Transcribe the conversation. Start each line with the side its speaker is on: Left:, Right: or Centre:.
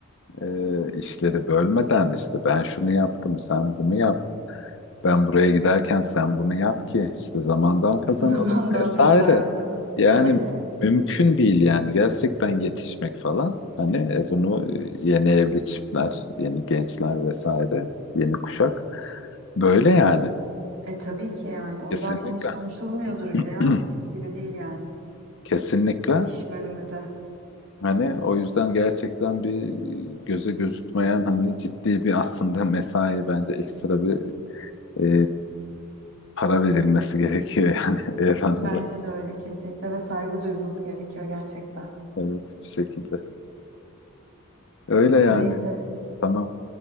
Left: e, işleri bölmeden işte ben şunu yaptım sen bunu yap ben buraya giderken sen bunu yap ki işte zamandan
Right: <laughs>
Left: kazanalım
Right: Zamandan
Left: vesaire.
Right: tasarruf değil mi? <laughs>
Left: Yani
Right: Aynen.
Left: mümkün değil yani gerçekten yetişmek falan hani e, bunu e, yeni evli çiftler yeni gençler vesaire yeni kuşak böyle yani
Right: E tabii ki yani. O
Left: kesinlikle
Right: zaten hiç konuşulmuyordur bile
Left: <clears throat>
Right: ya. Eskisi gibi değil yani.
Left: kesinlikle
Right: İş bölümü de.
Left: hani o yüzden gerçekten bir e, göze gözükmeyen hani ciddi bir aslında mesai bence ekstra bir e, para verilmesi gerekiyor yani <laughs> Evren'e.
Right: Bence de öyle kesinlikle ve saygı duyulması gerekiyor gerçekten.
Left: Evet, bu şekilde. Öyle yani.
Right: Neyse.
Left: Tamam,